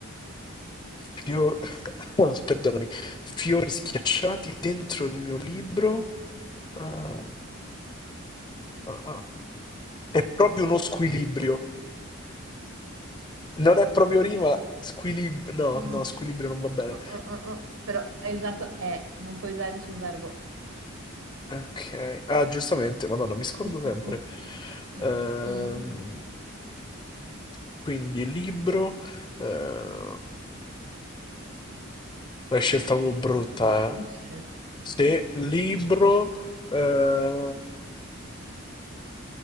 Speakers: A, on the left; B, on the right.
A: Fio- <coughs> oh, Perdonami. Fiori schiacciati dentro il mio libro. Ah, ah, ah. È proprio uno squilibrio. Non è proprio rima. Squilib... No,
B: Mm,
A: no,
B: mm,
A: squilibrio non va bene.
B: mm, mm. mm. Però hai usato e, non puoi usare nessun verbo.
A: Ok, ah giustamente, Madonna, mi scordo
B: Mm,
A: sempre.
B: mm, mm.
A: Ehm,
B: Mm, mm, mm.
A: quindi libro, eh, la scelta avevo
B: Effettivamente
A: brutta,
B: è difficile.
A: eh.
B: Eh
A: Se
B: Sì.
A: libro, eh,